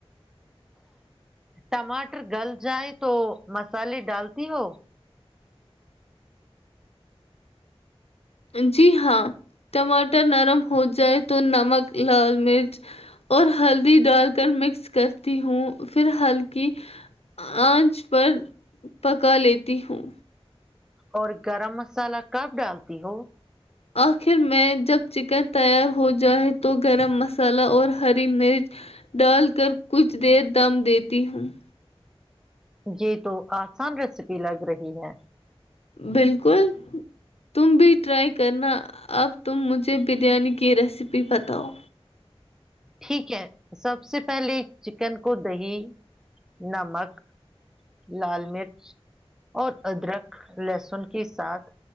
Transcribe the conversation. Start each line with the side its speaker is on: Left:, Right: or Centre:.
Centre: ٹماٹر گل جائے تو مسالے ڈالتی ہو
Left: جی ہاں ٹماٹر نرم ہو جائے تو نمک لال مرچ اور ہلدی ڈال کر مکس کرتی ہوں پھر ہلکی آنچ پر پکا لیتی ہوں
Centre: اور گرم مسالہ کب ڈالتی ہو
Left: آخر میں جب چکن تیار ہو جائے تو گرم مصالحہ اور ہری مرچ ڈال کر کچھ دیر دم دیتی ہوں
Centre: جی تو آسان ریسیپی لگ رہی ج ہاں
Left: بالکل تم بھی ٹرائی کرنا اب تم مجھے بریانی کی ریسیپی بتاؤ
Centre: ٹھیک ہے سب سے پہلے چکن کو دہی نمک لال مرچ اور ادرک لہسن کے ساتھ